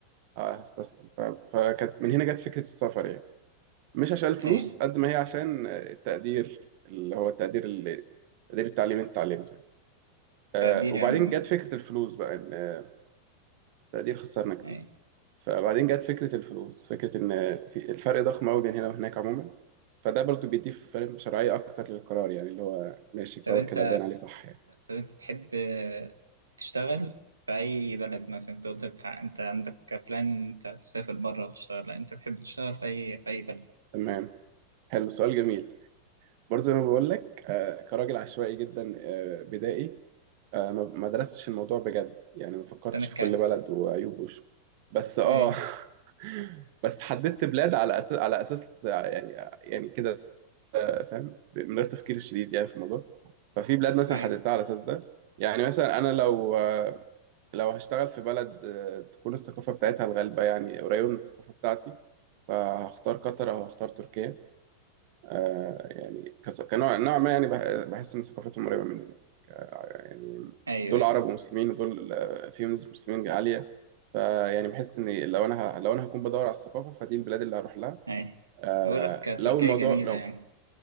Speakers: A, on the right; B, on the right.
A: آه هستسلم ف... فكانت من هنا جت فكره السفر يعني مش عشان الفلوس
B: ايه
A: قد ما هي عشان آه، التقدير اللي هو التقدير اللي تقدير التعليم اللي انت اتعلمته آه
B: تقدير
A: وبعدين
B: يا عم
A: جت فكره الفلوس بقى ان آه، التقدير خسرنا كتير
B: ايه
A: فبعدين جت فكرة الفلوس فكرة إن في الفرق ضخم أوي بين هنا وهناك عموما فده برضو بيديه فاهم شرعية أكتر للقرار يعني اللي هو ماشي القرار
B: طب انت
A: كده باين عليه صح يعني
B: طب انت تحب تشتغل في اي بلد مثلا انت قلت بتاع انت عندك بلان انت تسافر بره وتشتغل لا انت تحب تشتغل في اي في اي بلد
A: تمام حلو سؤال جميل برضو زي ما بقول لك آه، كراجل عشوائي جدا آه، بدائي آه، ما ما درستش الموضوع بجد يعني ما فكرتش
B: تمام
A: في
B: الكهف
A: كل بلد وعيوبه وش- بس آه
B: ايه
A: <laughs> بس حددت بلاد على أساس على أساس يعني يعني كده فاهم من غير تفكير شديد يعني في الموضوع ففي بلاد مثلا
B: ايه
A: حددتها على اساس ده يعني مثلا انا لو لو هشتغل في بلد آه، تكون الثقافه بتاعتها الغالبه يعني قريبه من الثقافه بتاعتي فهختار قطر او هختار تركيا آه، يعني كس- كنوع نوع ما يعني بح- بحس ان ثقافتهم قريبه مننا يعني
B: ايوه
A: دول
B: ايه
A: عرب ومسلمين ودول آه، فيهم نسبه مسلمين عاليه فيعني بحس ان لو انا ه... لو انا هكون بدور على الثقافه فدي البلاد اللي هروح لها
B: ايه
A: آه
B: بقول لك
A: لو
B: تركيا
A: الموضوع
B: جميلة
A: لو
B: يعني